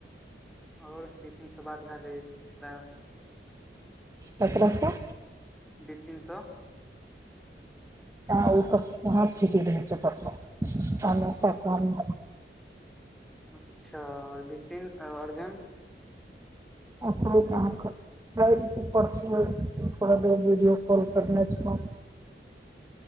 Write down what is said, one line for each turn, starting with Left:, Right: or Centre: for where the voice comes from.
Centre: आओर बिपीन सँ बात भेलए छले
Right: ककरा सँ
Centre: बिपीन सँ
Right: ओ तऽ कहाँ छ छै पल <unintelligible> सँ कम
Centre: अच्छा आओर बिपिन अर्जुन
Right: ओ <unintelligible> काल्हि की परसुये कहलियै वीडियो कॉल करने छेलै